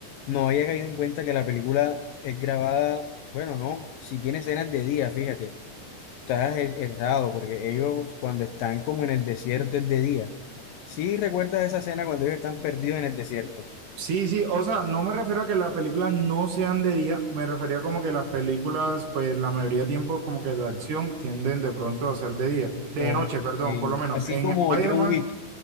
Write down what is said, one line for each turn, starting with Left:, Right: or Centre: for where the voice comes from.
Left: no había caído en cuenta que la película es grabada, bueno, no, si tiene escenas de día, fíjate, estás er- errado, porque ellos cuando están como en el desierto es de día. Sí, recuerdas esa escena cuando ellos están perdidos en el desierto.
Right: Sí, sí, o sea, no me refiero a que las películas no sean de día, me refería como que las películas, pues la mayoría de tiempo como que de acción tienden de pronto a ser de día, de
Left: Ok,
Right: noche, perdón, por lo menos
Left: así
Right: en
Left: como
Right: Spider-Man,
Left: John Wick.